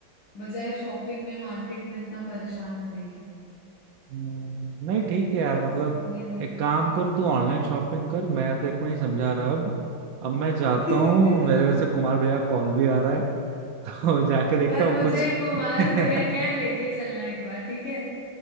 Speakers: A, on the left (about 70°); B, on the right (about 70°).
A: बजाय शॉपिंग में मार्केट में इतना परेशान होने के
B: हम्म, नहीं ठीक है यार मतलब
A: ये वाली
B: एक काम कर तू ऑनलाइन शॉपिंग कर मैं तेरे को नहीं समझा रहा अब अब मैं जाता
A: <laughs>
B: हूँ मेरे वैसे कुमार भैया कॉल भी आ रहा है <laughs> और जाके देखता
A: पर
B: हूँ
A: मुझे
B: कुछ
A: कुमार
B: <laughs>
A: भैया क्या लेके चलना एक बार ठीक है